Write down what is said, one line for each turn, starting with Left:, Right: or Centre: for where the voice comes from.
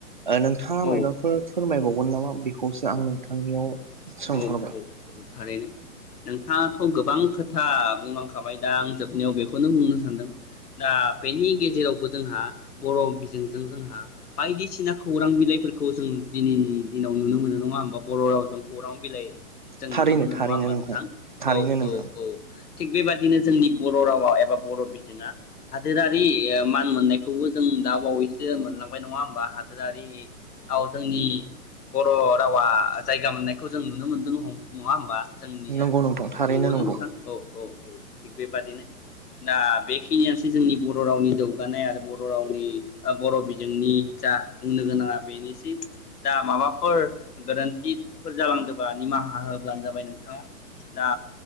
Right: नोंथांङा
Left: औ
Right: मायबाफोर फोरमायबाव <unintelligible> नामा बेखौसो आं नोंथांनियाव
Left: औ
Right: सोंहरबाय
Left: औ औ थारैनो नोंथाङाथ' गोबां खोथा बुंलांखाबाय दा आं जोबनायाव बेखौनो बुंनो सानदों, दा बेनि गेजेरावबो जोंहा बर' बिजोंजों जोंहा बायदिसिना खौरां बिलाइफोरखौ जों दिनैनि दिनाव नुनो मोनो, नङा होमबा? बर' रावजों खौरांबिलाइ जों नुनो
Right: थारैनो
Left: मोनो
Right: थारैनो
Left: नङा होमबा नोंथां?
Right: थारैनो
Left: औ
Right: नोंथां।
Left: औ औ । थिग बेबादिनो जोंनि बर' रावा एबा बर' बिजोङा हादोरारि ओ मान मोननायखौबो जों दा बावैसो मोनलांबाय नङा होमबा हादोरारि आव जोंनि बर' रावा जायगा <unintelligible> खौ जों नुनो मोन्दों नङा होमबा? जोंनिया
Right: नंगौ नोंथां थारैनो
Left: नंगौना
Right: नंगौ
Left: नोंथां औ औ औ थिग बेबादिनो दा बेखिनियानोसै जोंनि बर' रावनि जौगानाय आरो बर' रावनि <unintelligible> बर' बिजोंनि जा बुंनो गोनाङा बेनिसिम दा माबाफोर <unintelligible> फोर जालांदोंबा निमाहा होब्लानो जाबाय नोंथाङा दा